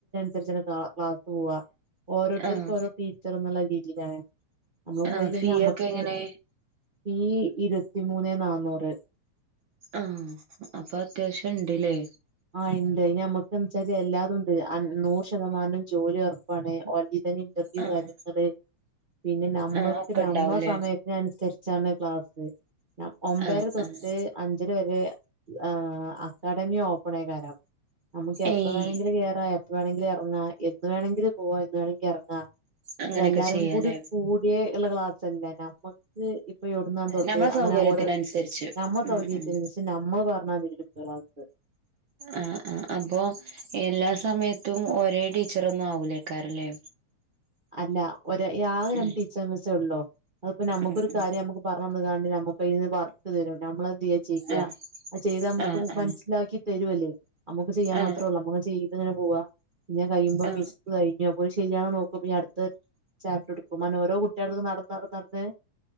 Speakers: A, on the right; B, on the right.
A: സരിച്ച ക്ലാസ് പോവാ ഓരോരുത്തർക്കും
B: ആഹ്
A: ഓരോ ടീച്ചർ എന്നുള്ള രീതിയിലാണ്. നമ്മള്
B: ആഹ്
A: പോയി കഴിഞ്ഞാ
B: ഫീ
A: മ്മക്ക്
B: ഒക്കെ എങ്ങനെ
A: ഈ ഇരുപത്തിമൂന്ന് നാന്നൂറ്
B: ആഹ് അപ്പൊ അത്യാവശ്യം ഇണ്ടില്ലേ?
A: ആഹ് ഉണ്ട് അഹ് നമ്മുക്കച്ചാല് എല്ലാതും ഉണ്ട് നൂറ് ശതമാനം ജോലി ഉറപ്പാണ് ഓ ഇന്റർവ്യൂ
B: ആഹ്
A: കാര്യങ്ങള് പിന്നെ നമ്മൾക്ക്
B: ആഹ് ഒക്കെ
A: നമ്മ
B: ഉണ്ടാവൂലേ
A: സമയ അതിനനുസരിച്ചാണ് ക്ലാസ്സ് ഞ ഒമ്പര
B: ആഹ്
A: തൊട്ട്
B: ആഹ്
A: അഞ്ചര വരെ ആഹ് അക്കാഡമി ഓപ്പണേക്കാരം നമുക്ക് എപ്പ
B: ഏയ്
A: വേണെങ്കിലും കേറാ എപ്പ വേണെങ്കിലും ഇറങ്ങാ എന്ന് വേണെങ്കിലും പോവാ എന്ന് വേണമെങ്കിലും എറങ്ങാ
B: അങ്ങനെയൊക്കെ
A: ഒര് എല്ലാരും
B: ചെയ്യാലേ
A: കൂടി കൂടിയേള്ള ക്ലാസ്ല് അല്ലെ നമ്മ ഇപ്പൊ എവ്ട്ന്നാ തൊട്ട്
B: നമ്മളെ
A: അങ്ങനെ
B: സൗകര്യത്തിനനുസരിച്ച്
A: ഓരോ നമ്മ സൗകര്യത്തിന്
B: ഉം ഉം
A: നമ്മൾ പറഞ്ഞാ വെരും <unintelligible>
B: ആഹ് ആഹ് അപ്പൊ എല്ലാ സമയത്തും ഒരേ ടീച്ചറൊന്നും ആവൂലേക്കാരം ല്ലെ
A: അല്ല ഒര് ആകെ രണ്ട്
B: ഉം
A: ടീച്ചർ മിസ്സേ ഉള്ളൂ അതിപ്പോ നമുക്കൊരു
B: ഉം ഉം
A: കാര്യം നമുക്ക് പറഞ്ഞന്ന്ങ്ങാണ്ട് നമുക്കയിന്ന് വർക്ക് തരും നമ്മളത് എന്ത്യ്യാ ചെയ്യാ
B: ആ
A: അത് ചെയ്താ നമുക്ക്
B: ആ ആ
A: മനസ്സിലാക്കി തരും ഓല് നമ്മുക്ക് ചെയ്യാൻ
B: ആ
A: മാത്രേ ഉള്ളൂ നമ്മള് ചെയ്ത്ങ്ങനെ പോവാ പിന്നെ അത്‌ കയ്യുമ്പൊ
B: ആ
A: മിസ് കഴിഞ്ഞു അപ്പൊ അത്‌ ശരിയാണോ നോക്ക അടുത്ത് ചാപ്റ്റർ എടുക്കും അങ്ങനെ ഓരോ കുട്ടിളെട്ത്ത്ക്കും നടന്ന് നടന്ന് നടന്ന്